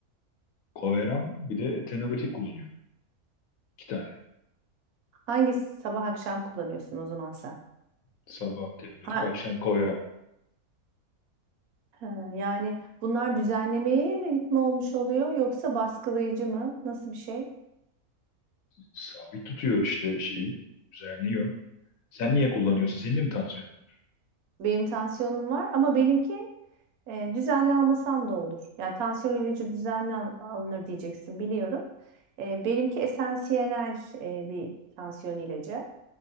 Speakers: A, on the left; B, on the right.
A: Coveram bir de tenorotik kullanıyorum. İki tane.
B: Hangi sabah akşam kullanıyorsun o zaman sen?
A: Sabah teoretik,
B: Ha,
A: akşam koyarak
B: ha, yani bunlar düzenlemeye yönelik mi olmuş oluyor yoksa baskılayıcı mı? Nasıl bir şey?
A: sabit tutuyor işte şeyi, düzenliyor. Sen niye kullanıyorsun?
B: Hı.
A: Senin de mi tansiyonun var?
B: Benim tansiyonum var ama benimki e, düzenli almasam da olur. Yani tansiyon ilacı düzenli al- alınır diyeceksin biliyorum. E, benimki esansiyel e, bir tansiyon ilacı.